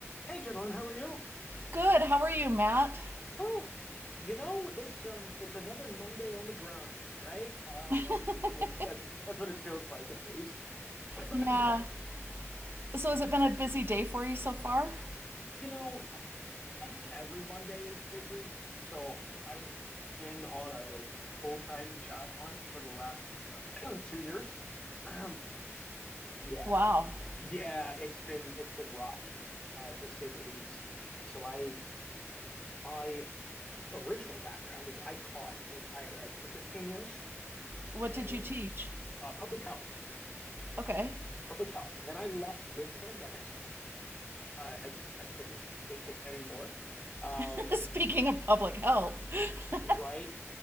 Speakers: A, on the left; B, on the right.
A: Hey, gentlemen, how are you?
B: Good. How are you, Matt?
A: Oh, you know, it's um, it's another Monday on the grind, right? Oh,
B: <laughs>
A: that's that's that's that's what it feels like, at least. <clears throat>
B: Yeah. So has it been a busy day for you so far?
A: You know, I think every Monday is busy, so I've been on a full-time job hunt for the last uh, <clears throat> two years. Um, yeah,
B: Wow.
A: yeah, it's been it's been rough, uh, to say the least. Um, so I my original background is I taught in higher ed for 15 years.
B: What
A: and
B: did you teach?
A: uh, public health,
B: Okay.
A: public health. And then I left mid-pandemic. I, I just I couldn't take it anymore. Um,
B: <laughs> Speaking of public health. <laughs>
A: right.